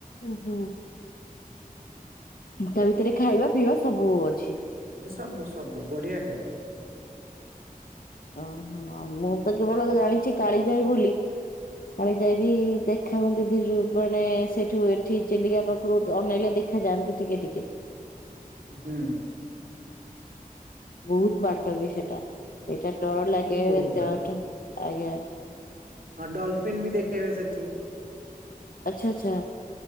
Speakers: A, on the left (about 70°); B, on the right (about 80°).
A: ଓହୋ ତା ଭିତରେ ଖାଇବା ପିଇବା ସବୁ ଅଛି।
B: ସବୁ ସବୁ ବଢିଆ ଖାଇବା।
A: ଓହୋ ମୁଁ ତ କେବଳ ଜାଣିଛି କାଳି ଯାଇ ବୋଲି କାଳି ଯାଇବି ଦେଖା ହୁନ୍ତି ଦୁ ଯୋଉ ମାନେ ସେଠୁ ଏଠି ଚିଲିକା ପାଖରୁ ତ ଅନେଇଲେ ଦେଖ ଦେଖାଯାନ୍ତି ଟିକେ ଟିକେ।
B: ହୁଁ।
A: ବହୁତ ବାଟ ବି ସେଟା ସେଇଟା ଡର ଲାଗେ
B: ହୁଁ ବହୁତ
A: ଏତେ ବାଟ ଆଜ୍ଞା।
B: ହଁ ଡଲଫିନ୍ ବି ଦେଖେଇବେ ସେଠି।
A: ଆଚ୍ଛା ଆଚ୍ଛା।